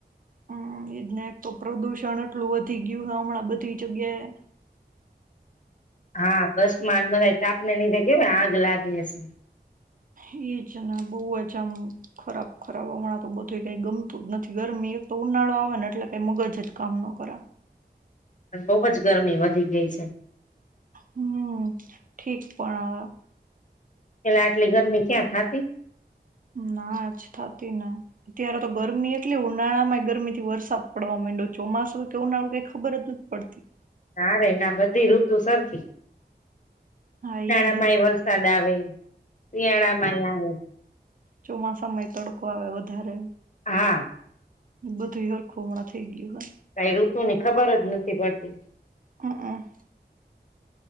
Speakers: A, on the right; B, on the left.
A: હમ એજ ને એક તો પ્રદુષણ આટલું વધી ગયું હમણાં બધી જગ્યાએ.
B: હા બસમાં ને બધા તાપને લીધે કેવી આગ લાગે શે.
A: એજ ને બહુ જ આમ ખરાબ ખરાબ હમણાં તો બધું કઈ ગમતું જ નથી ગરમી એક તો ઉનાળો આવે ને એટલે કઈ મગજ જ કામ ન કર
B: અને બહુ જ ગરમી વધી ગઈ છે.
A: હમ ઠીક પણ હવે.
B: પેલા આટલી ગરમી ક્યાં થાતી?
A: ના જ થતી ને અત્યારે તો ગરમી એટલી ઉનાળામાંય ગરમી થી વરસાદ પડવા મયન્ડો ચોમાસું કે ઉનાળું કઈ ખબર જ નથી પડતી.
B: ના રે ના બધી ઋતુ સરખી.
A: હા
B: ઉનાળામાય
A: ઈ હે
B: વરસાદ આવે. હ. શિયાળામાંય આવે.
A: ચોમાસામાંય તડકો આવે વધારે
B: હા.
A: બધુઈ હરખું હમણાં થઈ ગયું હે.
B: કઈ ઋતુ ની ખબર જ નથી પડતી.
A: હ હ.